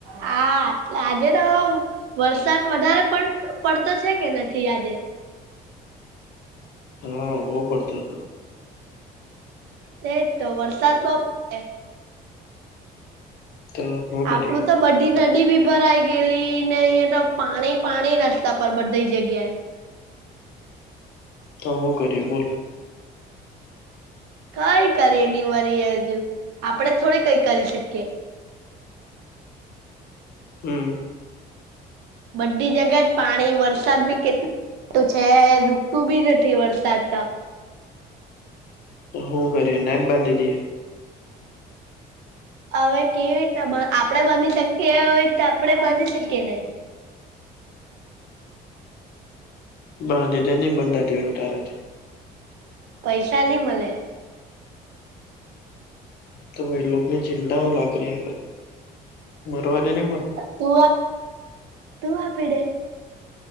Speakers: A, on the right (about 85°); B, on the left (about 65°).
A: હા આજે તો વરસાદ વધારે પડતો પડતો છે કે નથી આજે?
B: હમ્મ બઉ પડતો હતો.
A: તેજ તો વરસાદ બઓ પડે
B: તો હું કરીએ
A: આપડું તો બધ તે નદી બી ભરાઈ ગયેલી ને અઈયે તો પાણી પાણી રસ્તા પર બધી જગ્યાએ
B: તો હું કરીએ બોલ?
A: કઈ કરીએ ની વરી હજુ આપડે થોડી કઈ કરી શકીએ?
B: હમ્મ.
A: બધી જગ્યા જ પાણી વરસાદ બી કેટ તો છે રૂકતું બી નથી વરસાદ તો.
B: તો હું કરીએ નેન બાંધી દીએ?
A: હવે કેવી રીતના પણ આપણેે બાંધી શકીએ એ રીતે આપણેે બાંધી શકીએ ને?
B: બાંધી દે ની બંધાતી હોય તો તારાથી
A: પૈસા ની મલે.
B: તું એ લોકની ચિંતા હું લેવા કરિયા કરે મરવા દે ને
A: તું આપ તું આપીડે?